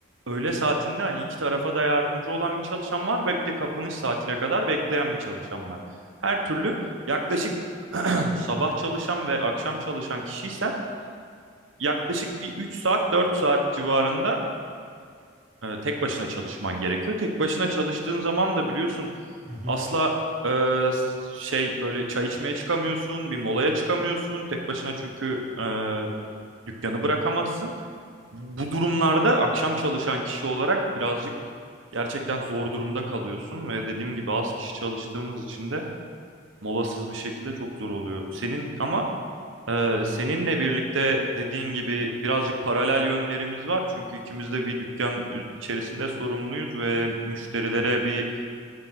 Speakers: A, on the right (about 75°); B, on the right (about 35°).
A: Öğle saatinde hani iki tarafa da yardımcı olan bir çalışan var ve bir de kapanış saatine kadar bekleyen bir çalışan var. Her türlü yaklaşık <clears throat> sabah çalışan ve akşam çalışan kişiysem yaklaşık bir 3 saat 4 saat civarında e, tek başına çalışman gerekiyor. Tek başına çalıştığın zaman da biliyorsun
B: Hı hı.
A: asla e, şey böyle çay içmeye çıkamıyorsun, bir molaya çıkamıyorsun. Tek başına çünkü e, dükkanı bırakamazsın. Bu, bu durumlarda akşam çalışan kişi olarak birazcık gerçekten zor durumda kalıyorsun ve dediğim gibi az kişi çalıştığımız için de molasız bir şekilde çok zor oluyor. Senin
B: E,
A: ama ee, seninle birlikte dediğin gibi birazcık paralel yönlerimiz var. Çünkü ikimiz de bir dükkan içerisinde sorumluyuz ve müşterilere bir